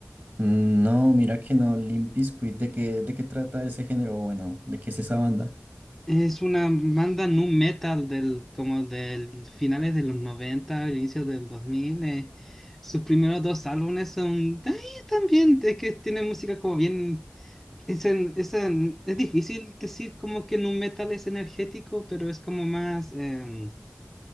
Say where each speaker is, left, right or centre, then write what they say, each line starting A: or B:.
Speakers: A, on the right; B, in the centre.
A: Mm, No, mira que no, Limp Bizkit, ¿de qué, de qué trata ese género? Bueno, ¿de qué es esa banda?
B: Es una banda nu metal del, como del finales de los 90, inicios del 2000. eh, sus primeros dos álbumes son ay, también, es que tienen música como bien... Es, en- es, en- es difícil decir como que nu metal es energético, pero es como más... em,